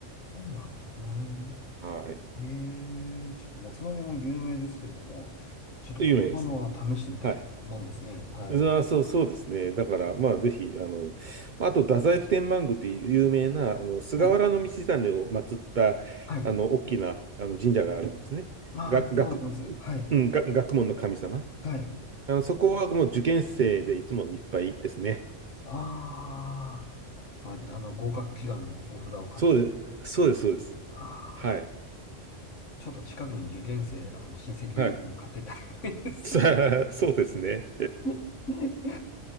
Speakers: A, on the left; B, on the right.
A: そうなんですね。
B: はい。
A: ええちょっともつ鍋も有名ですけれども、ちょっと本場のは試してみたいもんですね。
B: 有名ですね。はい。
A: はい。
B: あそう、そうですね。だから、まあ、ぜひ、あの、まあと、太宰府天満宮っていう有名な、あの、菅原道真を祀った、
A: はい。はい。
B: あの、大きな、あの、神社があるんですね。
A: ああ、
B: が、
A: 聞いたことあります。
B: 学、
A: はい。
B: うん、が、学問の神様。
A: はい。
B: あの、そこはもう受験生でいつもいっぱいですね。
A: ああ、あ、あの、合格祈願のお札を買って、
B: そうで、そうです、そうです。
A: ああ。
B: はい。
A: ちょっと近くに受験生、あの、親戚いるんで買ってたみいです。
B: はい。さあ、そうですね。
A: <laughs>